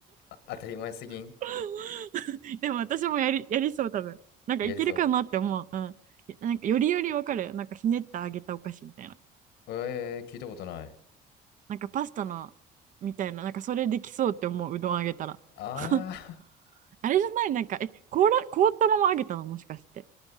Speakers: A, on the left (about 85°); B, on the right (about 50°).
A: あ当たり前すぎん
B: <laughs> でも私もやり、やりそう、多分。なんかいけるかなって思う。
A: やりそ
B: うん。なんかよりよりわかる。なんかひねってあげたお菓子みたいな。
A: うえー、聞いたことない
B: なんかパスタのみたいな、なんかそれできそうって思う、うどんあげたら。
A: ああ
B: <laughs> あれじゃないなんか、え、凍ら、凍ったままあげたのもしかして。